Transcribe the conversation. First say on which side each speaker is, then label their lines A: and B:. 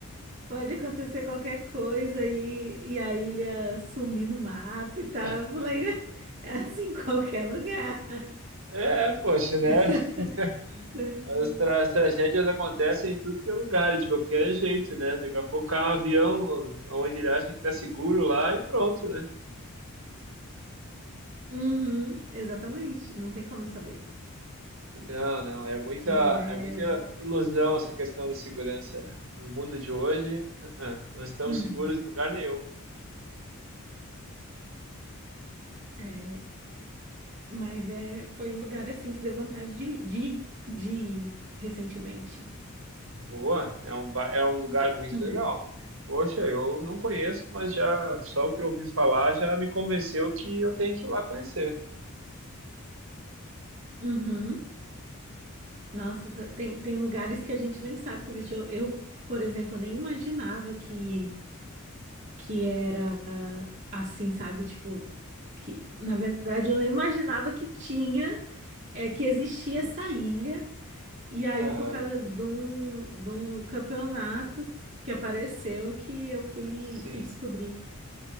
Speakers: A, on the right; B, on the right.
A: pode acontecer qualquer coisa e, e a ilha sumir no mapa e tal.
B: É,
A: Eu falei, <laughs> é assim em qualquer lugar.
B: é, poxa, né?
A: <laughs>
B: <laughs>
A: Foi
B: As,
A: muito-
B: tra- tragédias acontecem em tudo que é lugar, de qualquer jeito, né? Daqui a pouco cai um avião onde ele acha que tá seguro lá e pronto, né?
A: Uhum, exatamente, não tem como saber.
B: Não, não, é muita,
A: Mas é.
B: é muita ilusão essa questão da segurança, né? No mundo de hoje, ah, ah, não estamos
A: uhum,
B: seguros em lugar nenhum.
A: é- Mas é... foi um lugar assim que deu vontade de, de, de ir recentemente.
B: Boa, é um, ba- é um lugar muito
A: <laughs>
B: legal. Poxa, eu não conheço, mas já só o que eu ouvi falar já me convenceu que eu tenho que ir lá conhecer.
A: Uhum. Nossa, essa- tem, tem lugares que a gente nem sabe que existe. Eu, eu, por exemplo, nem imaginava que, que era assim, sabe? Tipo, que na verdade eu nem imaginava que tinha, é, que existia essa ilha. E aí,
B: Aham,
A: por causa de um, de um campeonato que apareceu, que eu fui,
B: sim,
A: fui descobrir.